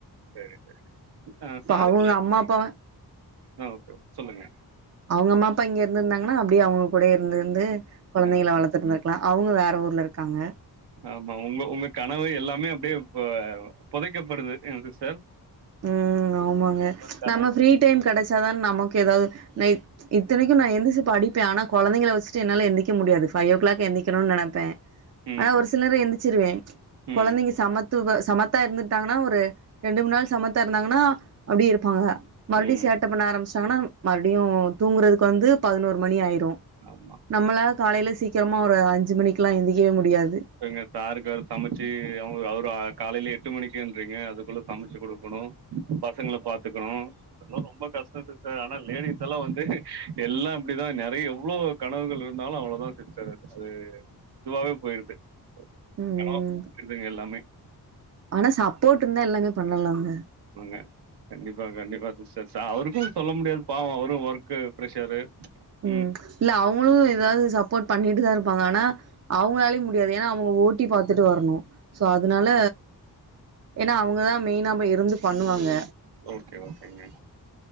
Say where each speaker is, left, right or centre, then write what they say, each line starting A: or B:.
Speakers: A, on the right; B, on the right.
A: சரி சரி அ சாருக்கு
B: அவங்க
A: லஞ்சி
B: அம்மா அப்பா
A: ஆ ஓகே ஓகே சொல்லுங்க
B: அவங்க அம்மா அப்பா இங்க இருந்துருந்தாங்கன்னா அப்படியே அவங்க கூடே இருந்துருந்து கொழந்தைங்கள
A: ம்
B: வளர்த்துட்டுருக்கலாம் அவ்ங்க ஊர்ல இருகாங்க
A: ஆமா உங்க உங்க கணவரு எல்லாமே அப்டியே ப அ புதைக்கப்படுது என்ன சிஸ்டர்
B: உம் ஆமாங்க
A: உங்க கனவு
B: நம்ம ஃப்ரீ டைம் கடைச்சாதான் நமக்கு ஏதாது நை இத்தனைக்கும் நா எந்திச்சு படிப்பேன் ஆனா கொழந்தைகள வச்சிட்டு என்னால எந்திக்க முடியாது பைஃவ் ஓ கிளாக் எந்திக்கணும் நனைப்பேன்
A: ம்
B: ஆனா ஒரு சிலரு எந்திச்சிருவேன்
A: ம்
B: கொழந்தைங்க சமத் துப சமத்தா இருந்துட்டாங்கன்னா ஒரு ரெண்டு மூண் நாள் சமத்தா இருந்தாங்கன்னா அப்டி இருப்பாங்க மறுடி
A: ம்
B: சேட்ட பண்ண ஆரம்பிச்சாடாங்கன்னா மறுடியும் தூங்குறதுக்கு வந்து பதினோரு மணி ஆயிரும்
A: ஆமா
B: நம்மளால காலையில சீக்கிரமா ஒரு அஞ்சு மணிக்கெலாம் எழுந்திக்கவே முடியாது
A: ஏங்க சாருக்குரு வேற சமச்சி அவங்க அவரு காலேல எட்டு மணிக்குன்றீங்க அதுக்குள்ள சமைச்சு கொடுக்கணு பசங்கள பாத்துக்ணோ அதெல்லாம் ரொம்ப கஷ்டோம் சிஸ்டர் ஆனா லேடிஸ் எல்லா வந்து எல்லாம் இப்டிதான் நறைய எவ்ளோ கனவுகள் இருந்தாலும் அவ்ளதான் சிஸ்டர் அ இதுவாவே போயிருது
B: ம்
A: கனவா போயிருதுங்க எல்லாமே
B: ஆனா சப்போர்ட்ருந்தா எல்லாமே பண்ணலாங்க
A: உங்க கண்டிப்பா கண்டிப்பா சிஸ்டர் அவருக்கும் சொல்ல முடியாது பாவோம் அவரும் ஒர்க்கு ப்ரெஷரு
B: உம்
A: ம்
B: இல்ல அவங்களும் ஏதாது சப்போர்ட் பண்ணிட்டு தா இருப்பாங்க ஆனா அவங்களாலையும் மு டியாது ஏனா அவ்ங்க ஓட்டி பாத்துட்டு வரணும் சோ அதனால ஏன்னா அவுங்கதா மெயினாவே இருந்து பண்ணுவாங்க
A: ஓகே ஓகேங்க